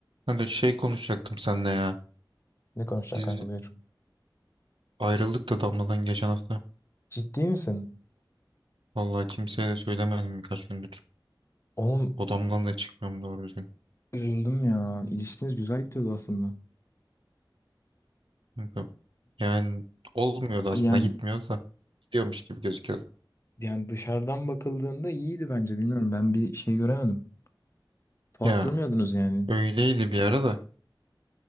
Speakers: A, on the right (about 80°); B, on the left (about 35°).
A: Kanka şey konuşacaktım seninle ya.
B: Ne konuşacaksın
A: Biz
B: kanka buyur.
A: ayrıldık da Damla'dan geçen hafta.
B: Ciddi misin?
A: Vallahi kimseye de söylemedim birkaç gündür.
B: Oğlum
A: Odamdan da çıkmıyorum doğru düzgün.
B: üzüldüm ya. İlişkiniz güzel gidiyordu aslında.
A: Kanka, yani olmuyordu aslında
B: Yani
A: gitmiyordu da. Gidiyormuş gibi gözüküyordu.
B: yani dışarıdan bakıldığında iyiydi bence bilmiyorum. Ben bir şey göremedim. Tuhaf
A: Ya
B: durmuyordunuz yani.
A: öyleydi bir ara da.